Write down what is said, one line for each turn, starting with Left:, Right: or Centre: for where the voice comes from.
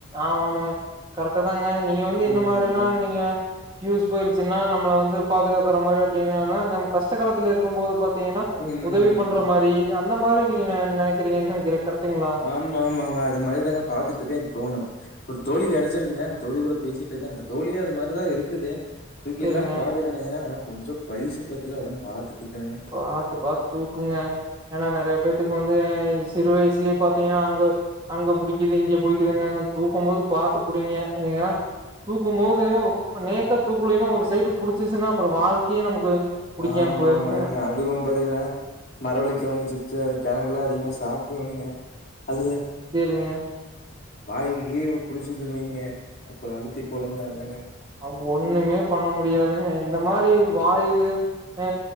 Right: ஆமாமாங்க கரெக்ட்டு தாங்க நீங்க வந்து என்ன
Left: ம் ம்
Right: மாரினா நீங்க ஃப்யூஸ் போயிடுச்சுன்னா நம்மள வந்து பாதுகாக்குற மாரி அப்டின்னனா நம்ம கஷ்ட காலத்துல இருக்கம் போது பாத்தீங்கன்னா
Left: ம் ம்
Right: உதவி
Left: ம்
Right: பண்ற
Left: ம்
Right: மாரி அந்த மாரி நீங்க நெ நெனக்கிறீங்கன் நெனக்கிற கரெக்ட்டுங்ளா
Left: ஆம்மா ஆமாங்க அது மாரிதாங்க பாத்துட்ருக்கே இப்ப ஒன்னு ஒரு தோழி கெடச்சிருக்குங்க அந்த தோழி கூட பேசிட்ருக்க அந்த தோழியு அது மாரிதா இருக்குது தூக்கில்லான்
Right: சேரிங்க
Left: பாக்குறனுங்க ஆனா கொஞ்சொ வைசு பத்தல அதான் பாத்துட்ருக்கனுங்க
Right: பாத்து பாத்து தூக்குங்க ஏன்னா நறைய பேத்துக்கு வந்து சிறு வயசுலயே பாத்தீங்னா அங்க அங்க புடிக்கிது இங்க புடிக்கிதுங்காங்க தூக்கம் போது பாத்து புடிங்க ஏங்க தூக்கும் போது நேக்க தூக்குலேன்னா ஒரு சைடு புடிச்சிச்சுன்னா அப்றொ வாழ்க்கையே நமக்கு புடிக்காம்
Left: ஆமா
Right: போய்ருங்க
Left: ஆமாங்க அதுவும் பாத்தீங்கன்னா மரவள்ளி கெழங்கு சிப்ஸு அது கெழங்குலா அதிகமா சாப்டணுங்க அது
Right: சேரிங்க
Left: வாய்வு கீவு புடிச்சிதுனு வைங்க அப்றொ அழுத்தி போடுங்க அதாங்க
Right: அப்பொ ஒண்ணுமே பண்ண முடியாதுங்க இந்த மாரி வாய்வு ஆ